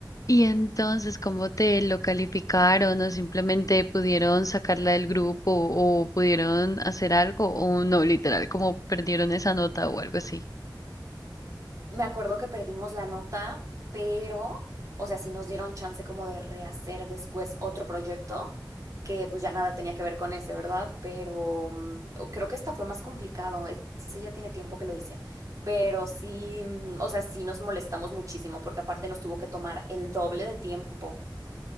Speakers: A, on the left (about 45°); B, on the right (about 45°).
A: Y entonces, ¿cómo te lo calificaron o simplemente pudieron sacarla del grupo o pudieron hacer algo o no, literal, como perdieron esa nota o algo así?
B: Me acuerdo que perdimos la nota, pero, o sea, sí nos dieron chance como de rehacer después otro proyecto, que pues ya nada tenía que ver con ese, ¿verdad? Pero mm, o- creo que esta fue más complicado. es- Ese ya tiene tiempo que lo hice. Pero sí, mm, o sea, sí nos molestamos muchísimo porque aparte nos tuvo que tomar el doble de tiempo.